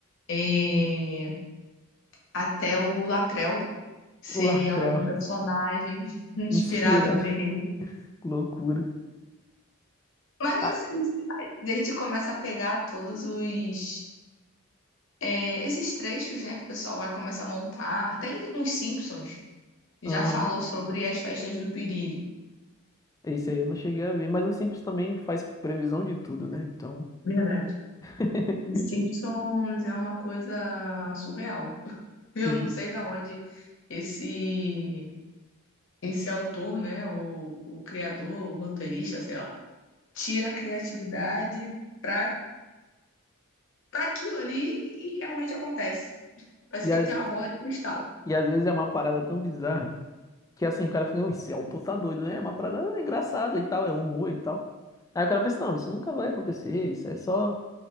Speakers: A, on the left; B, on the left.
A: é, até o Latrell seria
B: O Latrell.
A: um personagem
B: <laughs>
A: <laughs> inspirado
B: Inspirado.
A: no terreno.
B: <laughs> Loucura.
A: Mas,
B: Ah,
A: assim, a gente começa a pegar todos os É, esses trechos, né, que o pessoal vai começar a montar, até em- os Simpsons já
B: aham.
A: falou sobre as festas do Piriri.
B: Esse aí eu não cheguei a ver. Mas o Simpsons também faz previsão de tudo, né? Então,
A: Verdade.
B: <laughs>
A: Os Simpsons é uma coisa surreal. <laughs> Eu
B: tudo.
A: não sei da onde esse esse autor, né, o, o criador, o roteirista, sei lá, tira a criatividade para para aquilo ali e realmente acontece. Parece
B: E,
A: que
B: às
A: ele tem uma bola de cristal.
B: e às vezes é uma parada tão bizarra que assim, o cara fica, "Não, esse autor tá doido, né? É uma parada engraçada e tal, é humor e tal. Aí o cara pensa, não, isso nunca vai acontecer, isso é só